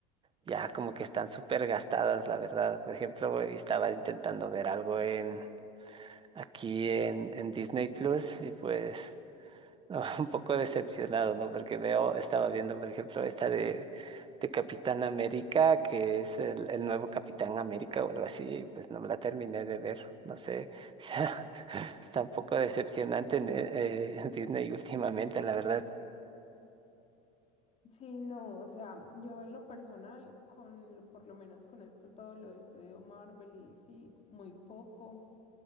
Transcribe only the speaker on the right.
ya como que están súper gastadas, la verdad. Por ejemplo, estaba intentando ver algo en aquí en, en Disney Plus y pues no, <laughs> un poco decepcionado, ¿no? Porque veo, estaba viendo, por ejemplo, esta de, de Capitán América, que es el, el nuevo Capitán América o algo así, y pues no me la terminé de ver, no sé. <laughs> O sea, está un poco decepcionante en, eh, Disney últimamente, la verdad.